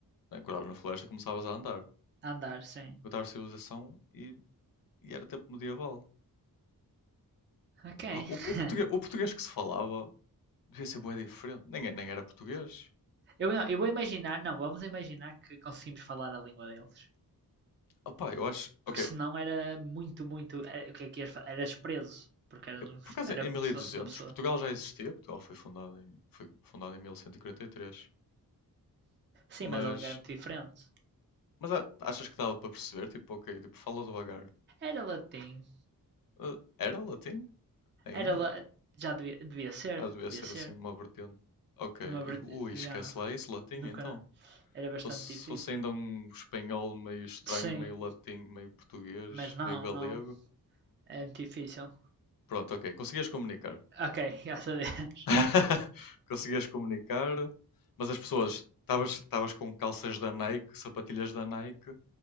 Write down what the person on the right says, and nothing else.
A andar, sim.
Ok.
<laughs>
Eu, não, eu vou imaginar. Não, vamos imaginar que conseguimos falar a língua deles.
Porque senão era muito, muito. é, O que é que ias fa- Eras preso. Porque era,
um,
era
como
se fosse uma pessoa.
Sim,
mas a língua era muito diferente.
Era latim.
Era la... Já devia, devia ser.
Devia
ser.
Numa...
Já.
Nunca.
Era bastante
difícil.
Sim.
Mas não,
não. É muito difícil.
Ok, <laughs> graças a Deus.